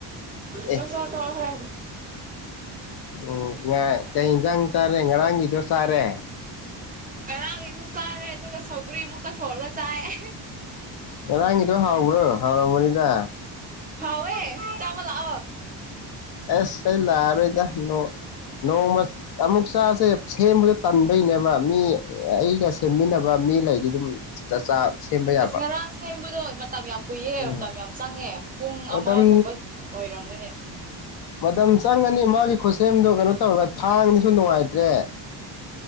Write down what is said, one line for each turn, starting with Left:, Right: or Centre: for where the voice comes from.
Left: ꯑꯦ
Right: ꯆ ꯍ
Left: ꯎꯝ ꯉ ꯀꯩ ꯌꯦꯟꯖꯥꯡ ꯆꯥꯔꯦ ꯉꯔꯥꯡꯒꯤꯗꯣ ꯆꯥꯔꯦ
Right: ꯑꯔꯥꯡꯁꯨ ꯀꯥꯔꯦ ꯇ ꯀ ꯁꯒꯔꯤ ꯃꯨꯀ ꯊꯣꯔ ꯆꯥꯥꯏ
Left: ꯉꯔꯥꯡꯒꯤꯗꯣ ꯍꯥꯎꯕ꯭ꯔꯣ ꯍꯥꯎꯔꯝꯕꯅꯤꯗ
Right: ꯍꯥꯎꯦ ꯆꯥꯕꯜ ꯑ
Left: ꯑꯁ ꯑꯩ ꯂꯥꯛꯑꯔꯣꯏꯗ ꯅꯣꯡꯃ ꯑꯃꯨꯛ ꯆꯥꯁꯦ ꯁꯦꯝꯕꯗ ꯄꯨꯟꯕꯅꯦꯕ ꯃꯤ ꯑꯩꯒꯁꯤ ꯁꯦꯝꯃꯤꯟꯅꯕ ꯃꯤ ꯂꯩꯗꯤ ꯑꯗꯨꯝ ꯆꯥꯛꯆꯥ ꯁꯦꯝꯕ ꯌꯥꯕ
Right: ꯁꯃ ꯔꯥꯁ ꯍꯗꯨ ꯑꯣꯏ ꯇ ꯌꯥꯝ ꯀꯨꯏꯌꯦ
Left: ꯎꯝ
Right: ꯇ ꯌꯥꯝ ꯆꯪꯉꯦ ꯄꯨꯡ
Left: ꯃꯇꯝ
Right: ꯑꯃꯒꯨꯝꯕ ꯑꯣꯏꯔꯝꯒꯅꯤ
Left: ꯃꯇꯝ ꯆꯪꯒꯅꯤ ꯃꯥꯒꯤ ꯈꯨꯠꯁꯦꯝꯗꯣ ꯀꯩꯅꯣ ꯇꯧꯋꯦꯕ ꯊꯥꯡꯗꯨꯁꯨ ꯅꯨꯡꯉꯥꯏꯇ꯭ꯔꯦ